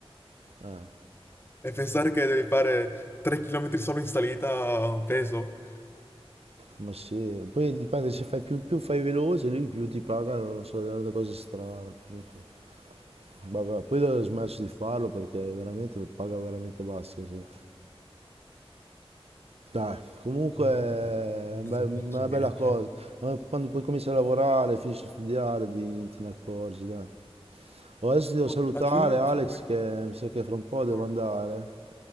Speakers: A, on the right; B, on the left.
A: eh,
B: E pensare che devi fare 3 chilometri solo in salita peso.
A: ma sì, poi dipende se fai più, più fai veloce, lì più ti pagano, non so, delle cose strane, comunque. Vabbè, poi ho smesso di farlo perché veramente paga veramente bassa, sì. Dai, comunque
B: No,
A: è
B: non possiamo
A: be- una
B: farci niente.
A: bella cosa. Quando quando poi cominci a lavorare, finisci a studiare, ti, te ne accorgi, dai. Oh, adesso ti devo
B: Oh,
A: salutare,
B: A giugno?
A: Alex,
B: sicuramente
A: che mi sa che fra un po' devo
B: no.
A: andare.